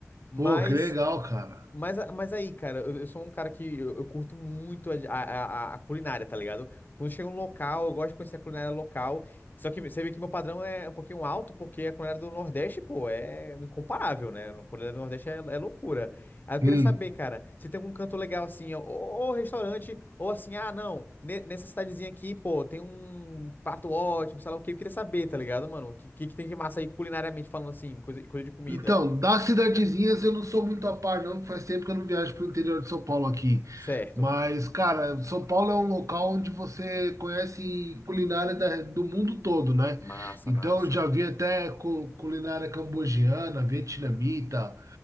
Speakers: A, on the left; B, on the right.
A: Mas.
B: Pô, que legal, cara.
A: Mas, a- mas aí, cara, eu, eu sou um cara que eu, eu curto muito a, a, a- a culinária, tá ligado? Quando chega um local, eu gosto de conhecer a culinária local. Só que você vê que meu padrão é um pouquinho alto, porque a culinária do Nordeste, pô, é incomparável, né? A culinária do Nordeste é, é loucura. Aí eu queria
B: Sim.
A: saber, cara, se tem algum canto legal assim, ou, ou restaurante, ou assim, ah, não, ne- nessa cidadezinha aqui, pô, tem um prato ótimo, sei lá o quê. Eu queria saber, tá ligado, mano? O que, que, que tem de massa aí culinariamente falando assim, coisa, coisa de comida.
B: Então, das cidadezinhas eu não sou muito a par, não, que faz tempo que eu não viajo pro interior de São Paulo aqui.
A: Certo.
B: Mas, cara, São Paulo é um local onde você conhece culinária da- do mundo todo, né?
A: Massa,
B: Então,
A: massa.
B: eu já vi até cu- culinária cambogiana, vietnamita,